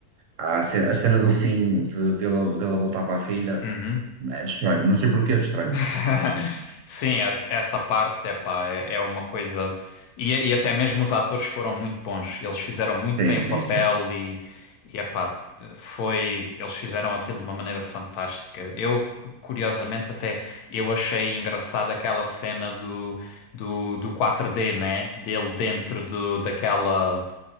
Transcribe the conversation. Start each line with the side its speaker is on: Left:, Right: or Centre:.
Right: Há A, ce- a cena do fim de, dele, dele a voltar para a filha,
Left: uhum.
Right: eh, destrói-me. Não sei porquê, destrói-me
Left: <laughs>
Right: mesmo.
Left: Sim, essa essa parte, epá, é, é uma coisa. E, e até mesmo os atores foram muito bons. Eles fizeram muito
Right: Sim,
Left: bem
Right: sim,
Left: o papel
Right: sim.
Left: e, e epá, foi. Eles fizeram aquilo de uma maneira fantástica. Eu, curiosamente, até eu achei engraçada aquela cena do, do, do 4D, né? Dele dentro do, daquela